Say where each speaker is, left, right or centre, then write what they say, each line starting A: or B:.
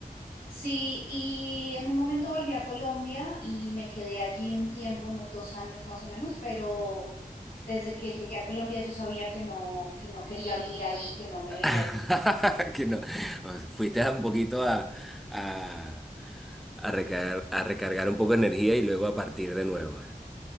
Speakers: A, on the left (about 80°); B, in the centre.
A: sí, y en un momento volví a Colombia y me quedé allí un tiempo, unos dos años más o menos, pero desde que llegué a Colombia yo sabía que no, que no quería vivir ahí, que no me veía
B: <laughs> Que no, o sea, fuiste a un poquito a, a, a recargar, a recargar un poco de energía y luego a partir de nuevo.